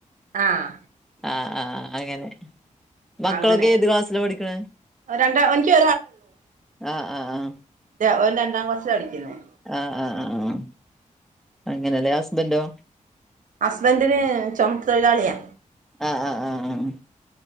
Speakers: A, on the right; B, in the centre.
A: ആഹ്
B: ആഹ് ആഹ അങ്ങനെ മക്കളൊക്കെ
A: അങ്ങനെ
B: ഏത് ക്ലാസ്സില പഠിക്കണ
A: രണ്ടാ എനിക്ക്
B: ആഹ് ആഹ് ആഹ
A: ല്ല ഓൻ രണ്ടാം ക്ലാസ്സില പഠിക്കുന്നേ
B: ആഹ് ആഹ് ആഹ് ആഹ് അങ്ങനല്ലെ ഹസ്ബൻഡോ
A: ഹസ്ബൻഡിന് ചുമട്ട് തൊഴിലാളിയാ
B: അ അ ആഹ് ആഹ്